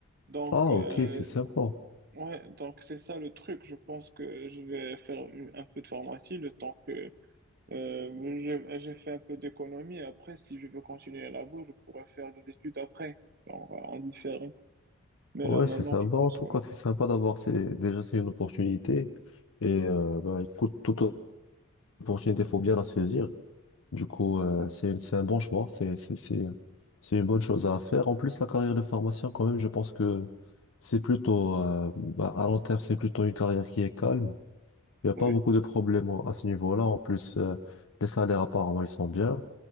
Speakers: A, on the right; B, on the left.
A: Donc,
B: Ah,
A: euh,
B: ok, c'est sympa.
A: ouais, donc c'est ça le truc. Je pense que je vais faire une- un peu de pharmacie le temps que euh, je- j'ai fait un peu d'économie. Après, si je veux continuer à la bourse, je pourrais faire des études après, genre euh, en différé. Mais
B: Ouais,
A: là, maintenant,
B: c'est sympa
A: je pense
B: en tout
A: que...
B: cas, c'est sympa d'avoir ces... déjà c'est une opportunité et euh, bah, écoute, toute opportunité, il faut bien la saisir. Du coup, euh,
A: Ouais.
B: c'est une- c'est un bon choix, c'est c'est c'est euh, c'est une bonne chose à faire. En plus, la carrière de pharmacien, quand même, je pense que c'est plutôt euh, bah, à long terme, c'est plutôt une carrière qui est calme. Il n'y a pas
A: Oui,
B: beaucoup de problèmes au- à ce niveau-là. En plus, euh, les salaires apparemment ils sont bien.